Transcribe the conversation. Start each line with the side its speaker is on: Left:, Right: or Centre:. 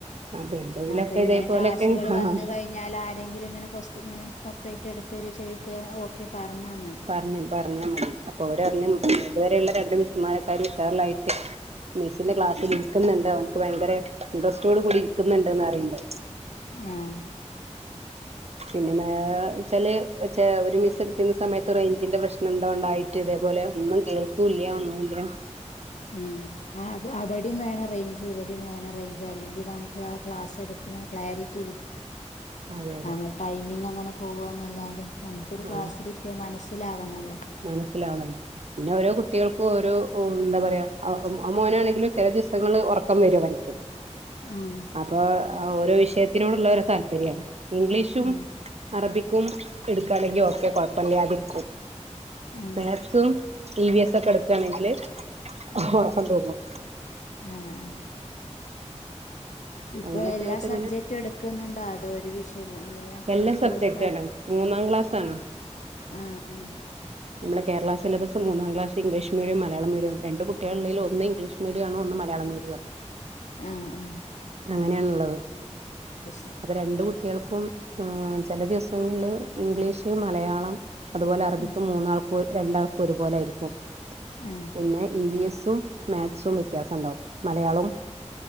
Right: അപ്പൊ എന്തെങ്കിലുമൊക്കെ
Left: അപ്പൊ ഇങ്ങനെ
Right: ഇതേപോലെയൊക്കെ
Left: ക്ലാസ്സുകൾ വന്ന്
Right: ആഹ്
Left: കഴിഞ്ഞ കഴിഞ്ഞാൽ ആരെങ്കിലും ഇങ്ങനെ കുറച്ച് ഇങ്ങനെ സെപ്പറേറ്റ് എടുത്ത് തരോ എന്ന് ചോദിച്ചാൽ ഓക്കെ പറഞ്ഞാൽ മതി.
Right: പറഞ്ഞ് പറഞ്ഞ മതി അപ്പൊ ഓര് പറഞ്ഞു
Left: ഉം
Right: ഇതുവരെയുള്ള രണ്ട് മിസ്മാരെകാളും ഉഷാറായിട്ട് മിസിന്റെ ക്ലാസ്സിൽ ഇരിക്കുന്നുണ്ട് അവനക്ക് ഭയങ്കര ഇൻട്രസ്റ്റോട് കൂടി ഇരിക്കുന്നുണ്ട്ന്ന് പറയ്ണ്ട്
Left: ആഹ്
Right: പിന്നെന്താച്ചാല് ഒരു മിസ് എടുക്കുന്ന സമയത്ത് റേഞ്ചിന്റെ പ്രശ്നം എന്താ ഉണ്ടായിട്ട് ഇതേപോലെ ഒന്നും കേൾക്കൂല്ല ഒന്നുംല്ല
Left: ഉം ആഹ് അവിടെയും വേണം റേഞ്ച് ഇവിടെയും വേണം റേഞ്ച് അല്ലെങ്കിൽ നമുക്ക് ആ ക്ലാസ് എടുക്കുന്ന ക്ലാരിറ്റി
Right: അതെ അതെ
Left: നമ്മൾ ടൈമിംഗ അങ്ങനെ പോവാ ന്നല്ലാതെ നമുക്കൊരു
Right: ഉം
Left: ക്ലാസ്സിൽ അത് മനസ്സിലാവണല്ലോ
Right: മനസ്സിലാവണല്ലോ പിന്നെ ഓരോ കുട്ടികൾക്കും ഓരോ എന്താ പറയാ ആ മോനാണെങ്കിലും ചില ദിവസങ്ങൾ ഉറക്കം വരും അവന്ക്‌ <inaudible>
Left: ആഹ്
Right: അപ്പൊ ഓരോ വിഷയത്തിനോടുള്ള ഓരോ താല്പര്യമാണ് ഇംഗ്ലീഷും
Left: ആഹ്
Right: അറബിക്കും എടുക്കുകയാണെങ്കിലും ഒക്കെ കുഴപ്പമില്ലാതിരിക്കും
Left: ആഹ്
Right: മാത്‍സ് ഉം ഇ വി എസ് ഒക്കെ എടുക്കയാണെങ്കില്
Left: ആഹ്
Right: ഉറക്കം തൂങ്ങും
Left: ആഹ് ആഹ് ഇപ്പൊ
Right: അങ്ങനെയൊക്കെ
Left: എല്ലാ
Right: ആയിട്ട്
Left: സബ്ജക്ടും
Right: ഇങ്ങനെ
Left: എടുക്കുന്നുണ്ടോ അതോ ഒരു വിഷയം എങ്ങനെയാ
Right: എല്ലാ
Left: എടുത്ത്
Right: സബ്ജക്റ്റ്
Left: കൊൊടുക്കാ
Right: ആണ് മൂന്നാം ക്ലാസ് ആണ്
Left: ആഹ് ആ
Right: നമ്മുടെ കേരള സിലബസ് മൂന്നാം ക്ലാസ് ഇംഗ്ലീഷ് മീഡിയ മലയാള മീഡിയ രണ്ട് കുട്ടികളള്ളിൽ ഒന്ന് ഇംഗ്ലീഷ് മീഡിയാണ് ഒന്ന് മലയാള മീഡിയ ആണ്
Left: ആ ആ
Right: അങ്ങനെയണുള്ളത്
Left: ശരി
Right: അപ്പൊ രണ്ട് കുട്ടികൾ ഇനിക്കും ചില ദിവസങ്ങളിൽ ഇംഗ്ലീഷ് മലയാളം അതുപോലെ അറബിക്കും
Left: ഉം
Right: മൂന്നാൾക്കും രണ്ടാൾക്കും ഒരുപോലെ ആയിരിക്കും
Left: ആ
Right: പിന്നെ ഇ വി എസും മാത്‌സും വ്യത്യാസം ണ്ടാവും മലയാളവും